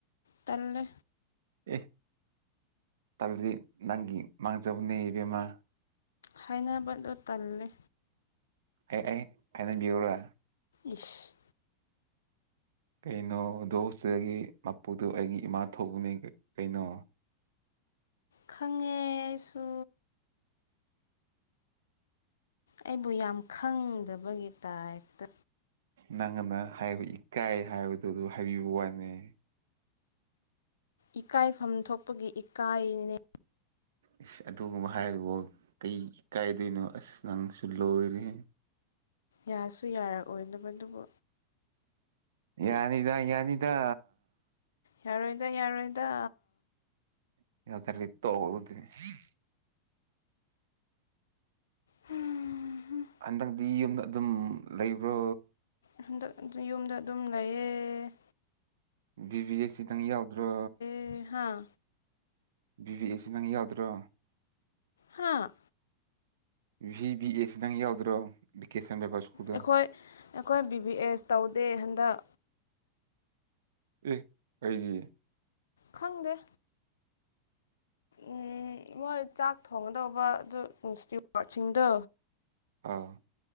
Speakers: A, on the left; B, on the right.
A: ꯇꯜꯂꯦ
B: ꯑꯦ ꯇꯜꯂꯗꯤ ꯅꯪꯒꯤ ꯃꯥꯡꯖꯕꯅꯦ ꯏꯕꯦꯝꯃꯥ
A: ꯍꯥꯏꯅꯕꯗꯨ ꯇꯜꯂꯦ
B: ꯑꯦ ꯑꯩ ꯍꯥꯏꯅꯕꯤꯎꯔ
A: ꯏꯁ
B: ꯀꯩꯅꯣ ꯑꯗꯣ ꯍꯣꯁꯇꯦꯜꯒꯤ ꯃꯄꯨꯗꯣ ꯑꯩꯒꯤ ꯏꯃꯥ ꯊꯣꯛꯄꯅꯦ ꯀꯩꯅꯣ
A: ꯈꯪꯉꯦ ꯑꯩꯁꯨ ꯑꯩꯕꯨ ꯌꯥꯝ ꯈꯪꯗꯕꯒꯤ ꯇꯥꯏꯞꯇ
B: ꯅꯪꯑꯃ ꯍꯥꯏꯕ ꯏꯀꯥꯏ ꯍꯥꯏꯕꯗꯨꯗ ꯍꯥꯏꯕꯤꯕ ꯋꯥꯅꯤ
A: ꯏꯀꯥꯏꯐꯝ ꯊꯣꯛꯄꯒꯤ ꯏꯀꯥꯏꯅꯤꯅꯦ
B: ꯏꯁ ꯑꯗꯨꯒꯨꯝꯕ ꯍꯥꯏꯕꯕꯨ ꯀꯩꯒꯤ ꯏꯀꯥꯏꯗꯣꯏꯅꯣ ꯑꯁ ꯅꯪꯁꯨ ꯂꯣꯏꯔꯦꯍꯦ
A: ꯌꯥꯁꯨ ꯌꯥꯔꯛꯑꯣꯏꯗꯕꯗꯨꯕꯨ
B: ꯌꯥꯅꯤꯗ ꯌꯥꯅꯤꯗ
A: ꯌꯥꯔꯣꯏꯗ ꯌꯥꯔꯣꯏꯗ
B: <unintelligible>
A: ꯍꯨꯝ ꯍꯨꯝ
B: ꯍꯟꯗꯛꯗꯤ ꯌꯨꯝꯗ ꯑꯗꯨꯝ ꯂꯩꯕ꯭ꯔꯣ
A: ꯍꯟꯗꯛꯗꯤ ꯌꯨꯝꯗ ꯑꯗꯨꯝ ꯂꯩꯌꯦ
B: ꯕꯤꯕꯤꯑꯦꯛ ꯈꯤꯗꯪ ꯌꯥꯎꯗ꯭ꯔꯣ
A: ꯑꯦ ꯍꯥꯥ
B: ꯕꯤ ꯕꯤ ꯑꯦꯁꯤ ꯅꯪ ꯌꯥꯗ꯭ꯔꯣ
A: ꯍꯥꯥ
B: ꯚꯤ ꯕꯤ ꯑꯦ ꯁꯤ ꯅꯪ ꯌꯥꯎꯗ꯭ꯔꯣ ꯚꯤꯀꯦꯁꯟ ꯂꯣꯏꯕ ꯁ꯭ꯀꯨꯜꯗꯣ
A: ꯑꯩꯈꯣꯏ ꯑꯩꯈꯣꯏ ꯕꯤ ꯕꯤ ꯑꯦꯁ ꯇꯧꯗꯦ ꯍꯟꯗꯛ
B: ꯑꯦ ꯀꯩꯒꯤ
A: ꯈꯪꯗꯦ ꯎꯝ ꯃꯣꯏ ꯆꯥꯛ ꯊꯣꯡꯒꯗꯧꯕ ꯑꯗꯨ ꯏꯟꯁꯇ꯭ꯌꯨ ꯋꯥꯠꯁꯤꯡꯗꯣ
B: ꯑꯥ